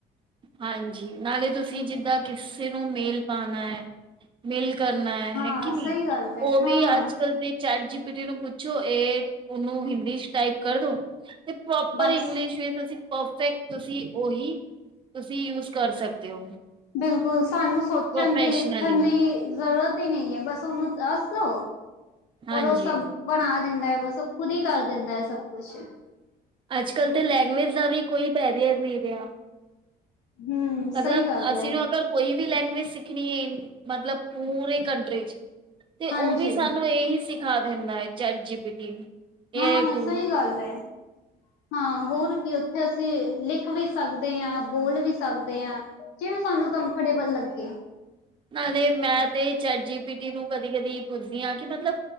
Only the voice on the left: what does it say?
ਹਾਂ
ਸਹੀ ਗੱਲ ਹੈ
ਹਾਂ
ਬਸ
ਬਿਲਕੁਲ ਸਾਨੂੰ ਸੋਚਣ
ਦੀ, ਲਿਖਣ ਦੀ ਜ਼ਰੂਰਤ ਹੀ ਨਹੀਂ ਏ, ਬਸ ਉਹਨੂੰ ਦਸ ਦਿਉ।
ਔਰ ਉਹ ਸਭ ਬਣਾ ਦਿੰਦਾ ਏ, ਬਸ ਉਹ ਖ਼ੁਦ ਹੀ ਕਰ ਦਿੰਦਾ ਏ ਸਭ ਕੁਛ।
ਹਮ
ਸਹੀ ਗੱਲ
ਹੈ
ਹਾਂਜੀ
ਹਾਂ
ਸਹੀ ਗੱਲ ਏ। ਹਾਂ ਹੋਰ ਕੀ ਉੱਥੇ ਅਸੀਂ ਲਿਖ ਵੀ ਸਕਦੇ ਆ, ਬੋਲ ਵੀ ਸਕਦੇ ਆ। ਜਿਵੇਂ ਸਾਨੂੰ ਕੰਫਰਟੇਬਲ ਲੱਗੇ।